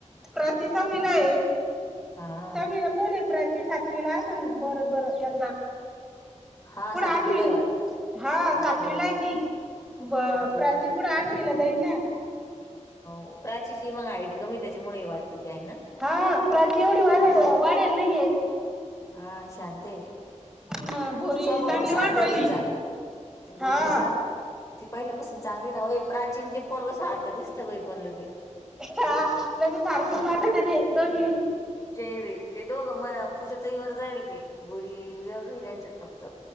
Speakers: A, in the centre; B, on the left.
A: प्र साविला आहे,,
B: हा
A: साविलाऽ कोण ए प्राची सातवी ला असल,,, बरत बरं यंदा.
B: हा
A: पण
B: सातवीला
A: आठवीला,
B: आहे वाटत
A: हा सातवीला
B: बरोबर
A: आहे ती. ब
B: सातवीला
A: प्राची
B: आहे
A: पूढ आठवला जाईलना.
B: हो प्राची मग हाईट कमी त्याच्यामुळे वाटते ती आहे ना
A: हा प्र एवढी वाले वाढेल नाहीये
B: हा शांत आहे
A: ना बोरी
B: स्वभाव
A: चांगली
B: बी शांत
A: वाढ राहिली.
B: आहे तिचा
A: हा.
B: बुरी जा ती पहिल्यापासून चांगली ना प्राचीन ते पोरग सारखं दिसतं बाई पण लगेल
A: हा लगे सारखे पाठवते ते दोन हडी
B: चेहरे ते दोघं म पूज तई वर जाईल ते बुरी वेगळी त्यांच्यात फक्त